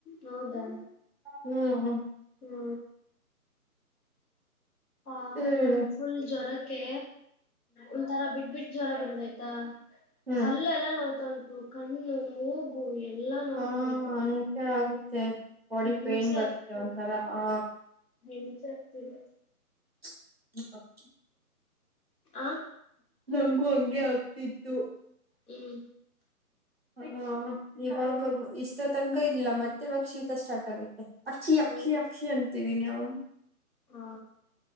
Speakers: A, on the left (about 75°); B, on the right (about 45°).
A: ಹೌದಾ
B: ಹ್ಮ್
A: ಹ್ಮ ಆ
B: ಹ್ಮ್
A: ನನಗ ಫುಲ್ ಜ್ವರಕ್ಕೆ ಒಂಥರ ಬಿಟ್ಟ ಬಿಟ್ಟ ಜ್ವರ ಬರದಾಯ್ತಾ
B: ಹ್ಮ್
A: ಹಲ್ಲ ಎಲ್ಲ ನೋವತಾ ಉಂಟು ಕಣ್ಣು ಮೂಗು ಎಲ್ಲಾ ನೋವತಾ
B: ಹಾ
A: ಇದೆ
B: ಹಂಗೆ ಆಗುತ್ತೆ ಬಾಡಿ
A: ಹಿಂಸೇ
B: ಪೇನ್ ಬರುತ್ತೆ
A: ಆಗ್ತಿದೆ
B: ಒಂಥರ ಹಾ
A: ಹಿಂಸೆ ಆಗ್ತಿದೆ
B: ಹ
A: ಆ
B: ನಂಗು ಹಂಗೆ ಆಗ್ತಿತು
A: ಹ್ಮ್
B: ಹ ಇವಾಗ ಇಷ್ಟ ತನಕ ಇಲ್ಲ ಮತ್ತೆ ಇವಾಗ ಶೀತ ಸ್ಟಾರ್ಟ್ ಆಗಿದೆ ಅಕ್ಷಿ ಅಕ್ಷಿ
A: ಹೌದು
B: ಅಕ್ಷಿ ಅಂತಿದಿನಿ ಅವಾಗಿಂದ
A: ಹಾ